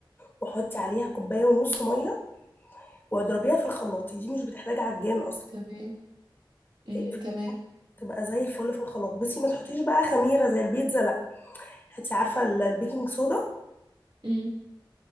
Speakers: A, on the left; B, on the right.
A: وحطي عليها كوبايه ونص ميه واضربيها في الخلاط دي مش بتحتاج عجان اصلا
B: تمام امم
A: هي في الخلاط
B: تمام
A: تبقى زي الفل في الخلاط بصي ما تحطيش بقى خميره زي البيتزا لا هاتي عارفه ال- البيكنج صودا
B: مم.